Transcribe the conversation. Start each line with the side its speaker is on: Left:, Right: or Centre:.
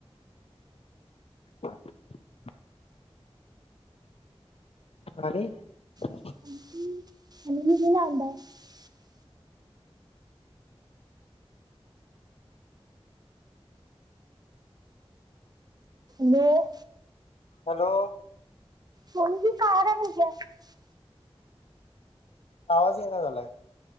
Left: <inaudible> आणि <unintelligible>
Right: आणि क लाड <unintelligible> न <inaudible>
Left: हॅलो?
Right: होणी बी कार आहे निक <unintelligible>
Left: आवाज ईना झालाय.